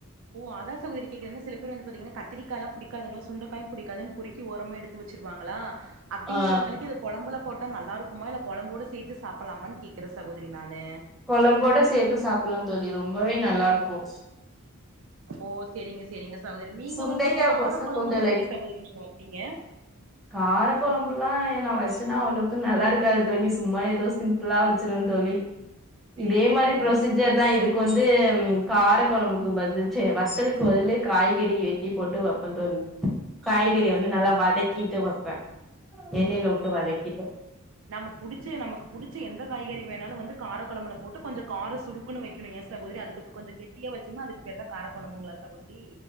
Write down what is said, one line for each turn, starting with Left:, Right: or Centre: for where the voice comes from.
Right: ஓ அதான் சகோதரி கேக்குறேன் சில பேர் வந்து பாத்தீன்னா கத்திரிக்காலாம் படிக்காதங்க சுண்டக்காயும் புடிக்காதுனு பொறி க்கி ஓரமா எடுத்து வச்சிருவாங்களா அப்படிங்கறவங்களுக்கு
Centre: ஆ
Right: இத குழம்புல போட்டா நல்லா இருக்குமா இல்லை குழம்போட சேத்து சாப்பிடலாமா ன்னு கேட்குறேன் சகோதரி நானு
Centre: குழம்போட சேத்து சாப்டலாம் தோழி ரொம்பவே நல்லா இருக்கும்
Right: ஓ சரிங்க சரிங்க சகோதரி நீங்க
Centre: சுண்டைக்கா
Right: வந்து கார
Centre: கொ
Right: குழம்பு
Centre: கொஞ்சோ
Right: எல்லாம் எப்படி சகோதரி நீங்க வப்பீங்க <inaudible>
Centre: காரக்குழம்புலாம் நான் வச்சேன்னா அவ்வளவுக்கு நல்லா இருக்காது தோழி சும்மா ஏதோ சிம்பிளா வச்சுருவேன் தோழி
Right: <inaudible>
Centre: இதே மாதிரி
Right: சகோதரி
Centre: ப்ரொசீஜ் ஜர் தான் இதுக்கு வந்து கார குழம்புக்கு பதில் சே வத்தலுக்கு பதில் காய்கறி ய வெட்டி போட்டு வைப்பேன் தோழி காய்கறிய
Right: சேரிங்க
Centre: வந்து
Right: சேரிங்க
Centre: நல்லா வதக்கிட்டு வப்பேன் எண்ணெயில
Right: சேரிங்க
Centre: விட்டு
Right: சேரி
Centre: வதக்கிட்டு
Right: நம்ம புடிச்ச நமக்கு புடிச்ச எந்த காய்கறி வேணாலும் வந்து காரக்கோழம்புல போட்டு கொஞ்சம் காரம் சுருக்குன்னு வைக்க ஏன் சகோதரி அதுக்கொஞ்சம் கெட்டியாவச்சோம்னா அதுக்கு பேர் தான் கார குழம்புங்களா சகோதரி